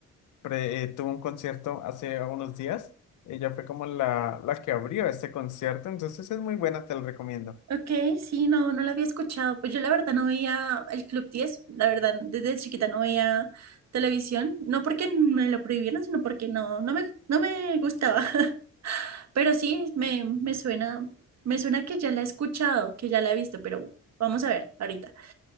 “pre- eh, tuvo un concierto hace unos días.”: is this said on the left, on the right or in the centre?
Left